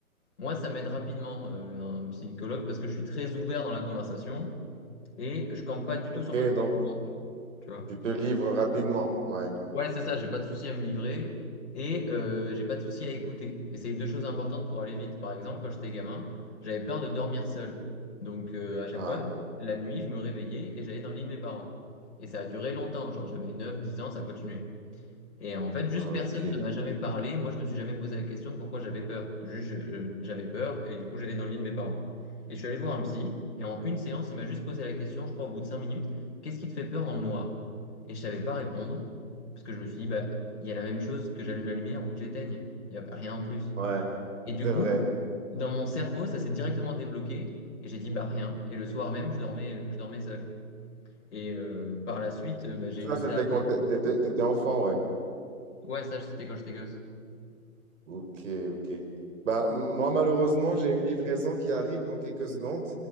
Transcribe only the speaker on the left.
moi, ça m'aide rapidement, euh, un psychologue, parce que je suis très ouvert dans la conversation et je campe pas du tout
sur mes positions,
tu vois.
Ouais, c'est ça, j'ai pas de souci à me livrer et euh, j'ai pas de souci à écouter. Et c'est les deux choses importantes pour aller vite. Par exemple, quand j'étais gamin, j'avais peur de dormir seul. Donc euh, à chaque
fois, la nuit, je me réveillais et j'allais dans le lit de mes parents. Et ça a duré longtemps, genre j'avais 9, 10 ans, ça continuait. Et en fait, juste
personne
ne m'a jamais parlé. Moi, je me suis jamais posé la question de pourquoi j'avais peur. Juste, je- euh, j'avais peur et du coup, j'allais dans le lit de mes parents. Et je suis allé voir un psy et en une séance, il m'a juste posé la question, je crois au bout de cinq minutes, qu'est-ce qui te fait peur dans le noir? Et je savais pas répondre parce que je me suis dit, bah, il y a la même chose que j'allume la lumière ou que j'éteigne. Il y a rien en plus.
Et du
coup,
dans mon cerveau, ça s'est directement débloqué et j'ai dit, bah, rien. Et le soir même, je dormais, je dormais seul. Et euh, par la suite, euh, bah, j'ai
eu ça.
avec-
Ouais, ça, c'était quand j'étais gosse.